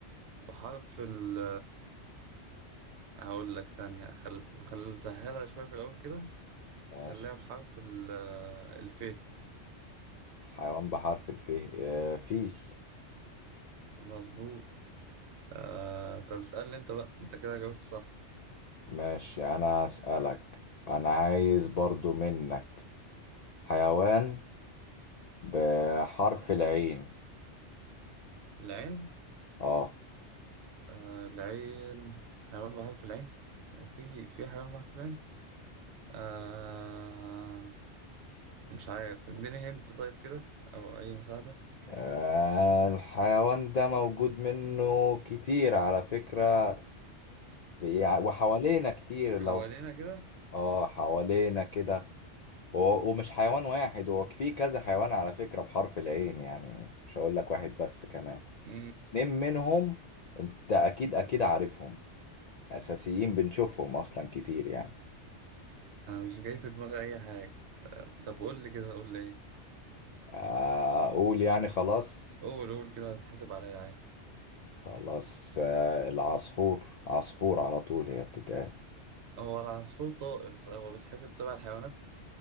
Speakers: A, on the right; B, on the left.
A: بحرف ال هقول لك ثانية خل... خلينا نسهلها شوية في الأول كده
B: ماشي
A: خليها بحرف ال الف
B: حيوان بحرف الف آه، فيل
A: مظبوط آه... طب اسألني انت بقى انت كده جاوبت صح
B: ماشي انا اسالك انا عايز برضو منك حيوان بحرف العين
A: العين
B: اه
A: آه... العين حيوان بحرف العين هو في في حيوان بحرف العين آه... مش عارف اديني هنت طيب كده أو أي مساعدة
B: آه، الحيوان ده موجود منه كتير على فكرة بيع- وحوالينا كتير
A: حوالينا
B: لو
A: كده
B: اه حوالينا كده و- ومش حيوان واحد هو في كذا حيوان على فكرة بحرف العين يعني مش هقول لك واحد بس كمان
A: مم.
B: اتنين منهم انت اكيد اكيد عارفهم اساسيين بنشوفهم اصلا كتير يعني
A: انا مش جاي في دماغي اي حاجه آه، طب قول لي كده قول لي ايه
B: آه، اقول يعني خلاص
A: قول قول كده هتحسب عليا عادي
B: خلاص آه، العصفور عصفور على طول هي بتتقال
A: هو العصفور طائر صح؟ هو بيتحسب تبع الحيوانات